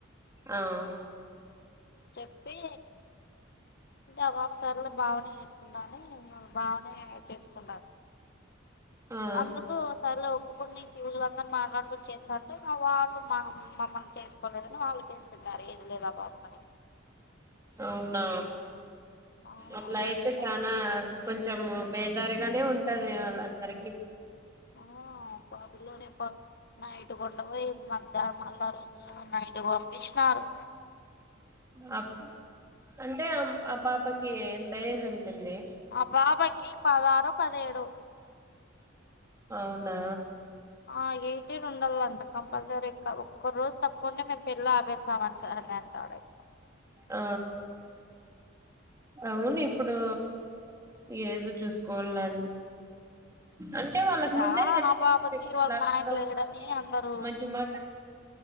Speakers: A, on the right; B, on the left.
A: ఆ
B: చెప్పి <unintelligible> సార్లు బావనే చేసుకుందాని బావనే చేసుకుంటాను
A: ఆ
B: అందుకు సర్లే ఒప్పుకునికి విళ్లుందరూ మాట్లాడుకుొని చేస్తా అంటే మా వాళ్ళు మా మమ్మల్ని చేసుకోలేదని వాళ్ళు కేసు పెట్టారు <unintelligible> ఏది లేదా <unintelligible> అని
A: అవునా
B: ఆ
A: అట్లా అయితే
B: ఓకే
A: చనా కొంచెం బేకారిగానే ఉంటంది వాళ్ళ అందరికి
B: ఆ పాపిలోనే ప్ నైట్కొంటపోయి మధ్యాహ్నం మళ్ళ ఆ రోజు నైట్క పంపించినారు
A: అప్ అంటే ఆ పాపకి ఎంత ఏజ్ ఉంటుంది
B: ఆ పాపకి పదహారో పదేడో
A: అవునా
B: ఆ ఎయిటీన్ ఉండాలంట కంపల్సరీ ఒక్క రోజు తప్పకుంటే మేము పెళ్లి ఆపేస్తాం <unintelligible>
A: ఆ అవును ఇప్పుడు ఏజ చూసుకోవాలన్ అంటే వాళ్ళకు
B: ఇక
A: ముందే తెలుట్లా
B: ఆ పాపకి వాళ్ళ నాయన లేడని
A: <inaudible>
B: అందరూ
A: మంచి మాట